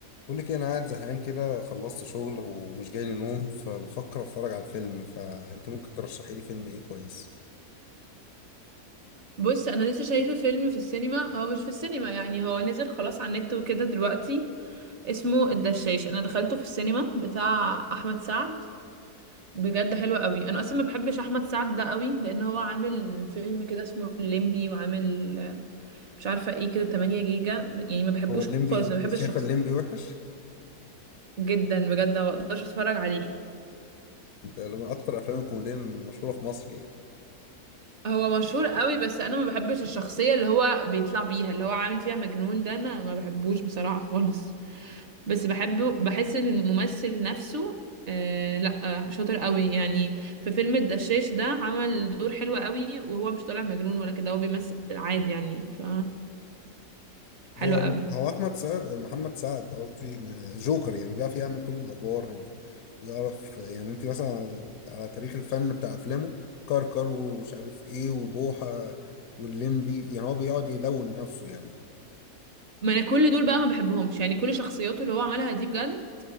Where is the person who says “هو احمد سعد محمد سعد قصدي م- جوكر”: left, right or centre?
Left